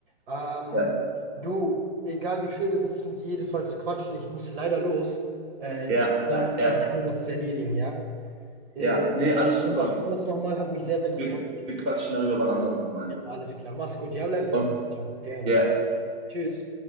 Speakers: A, on the right; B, on the right.
A: Ähm,
B: Ja,
A: du, egal wie schön es ist, mit dir jedes Mal zu quatschen, ich muss leider los. Äh,
B: ja,
A: ich habe
B: ja, ja,
A: da noch was zu erledigen, ja? Äh,
B: ja. Nee,
A: ich war
B: alles super.
A: schon wann anders nochmal, hat mich sehr, sehr gefreut.
B: Wir, wir quatschen darüber wann anders nochmal.
A: Ja, alles klar. Mach's gut. Ja, bleib gesund.
B: Okay.
A: Ciao. Wir hören
B: Yeah.
A: uns. Tschüss.